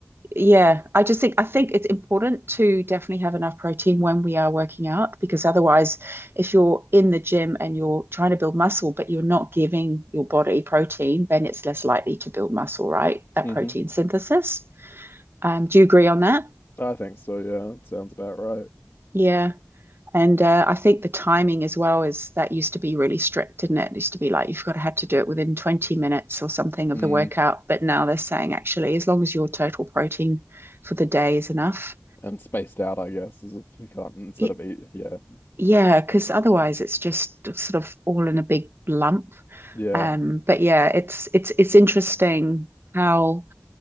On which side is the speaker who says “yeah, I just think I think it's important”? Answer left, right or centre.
Right